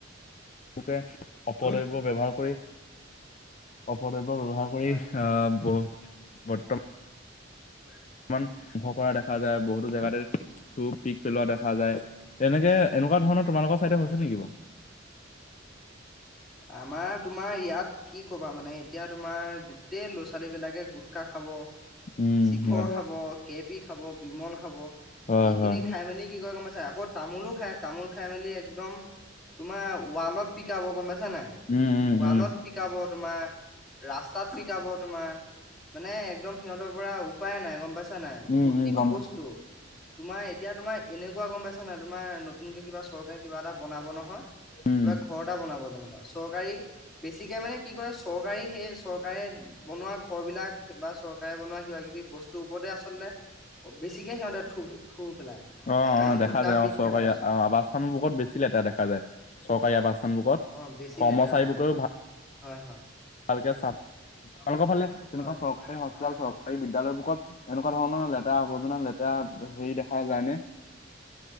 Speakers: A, on the left; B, in the centre.
A: ওকে অপদ্ৰব্য
B: হয়
A: ব্যৱহাৰ কৰি অপদ্ৰব্য ব্যৱহাৰ কৰি
B: হয়
A: আহ বহুত বৰ্ত
B: <unintelligible>
A: ইমান ভ কৰা দেখা যায়, বহুতো জেগাতে থু পিক পেলোৱা দেখা যায়, এনেকে এনেকুৱা ধৰণৰ তোমালোকৰ চাইডে
B: হয়
A: হৈছে
B: হয় হয়
A: নেকি বাও?
B: আমাৰ তোমাৰ ইয়াত কি কবা মানে এতিয়া তোমাৰ গোটেই ল'ৰা-ছোৱালী বিলাকে গুটখা খাব
A: উম
B: চিখৰ
A: হয়।
B: খাব কেপি খাব বিমল খাব
A: হয়
B: এইখিনি
A: হয়
B: খাই মেলি কি কয় গম পাই ক'ত তামোলো খাই তামোল খাই মেলি একদম তোমাৰ ৱালত পিকাব গম পাইছা নাই
A: উম উম
B: ৱালত
A: উম
B: পিকাব মা ৰাস্তাত পিকাব তোমাৰ মানে একদম সিহঁত পৰা উপায় নাই গম পাইছা নাই।
A: উম
B: প্ৰতিটো
A: উম গম
B: বস্তু
A: পাইছো
B: তোমাৰ এতিয়া তোমাৰ এনেকুৱা গম পাইছা নাই তোমাৰ নতুনকে কিবা চৰকাৰী কিবা এটা বনাব নহয়
A: উম
B: কিবা ঘৰ এটা বনাব যেনিবা, চৰকাৰী বেছিকে মানে, কি কৰে চৰকাৰী সেই চৰকাৰে বনোৱা ঘৰ বিলাক বা চৰকাৰে বনোৱা কিবা কিবি বস্তুৰ ওপৰতে আচলতে বেছিকে সিহঁতে থু থু পেলাই
A: অ', অ' দেখা
B: গুটকা
A: যায়
B: পিক
A: অ', চৰকাৰী
B: পেলাই আচলতে
A: আহ আৱাসস্থান বোৰত বেছি লেতেৰা দেখা যায়। চৰকাৰী আৱাসস্থানবোৰত
B: অ বেছি
A: কৰ্মচাৰী
B: লেতেৰা কৰে
A: বোৰেও ভাল
B: হয় হয়।
A: ভালকে চা
B: হয়
A: তেওঁলোকৰ ফালে তেনেকুৱা
B: হয়
A: চৰকাৰী হস্পিতাল চৰকাৰী বিদ্যালয়বোৰত এনেকুৱা ধৰণৰ লেতেৰা আৱৰ্জনা লেতেৰা হেৰি দেখা যায়নে?